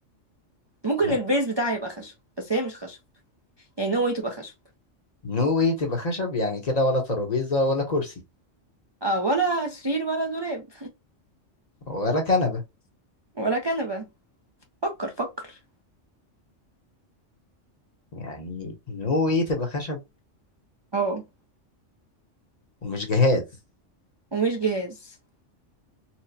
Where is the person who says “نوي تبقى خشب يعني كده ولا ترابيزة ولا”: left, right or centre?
Left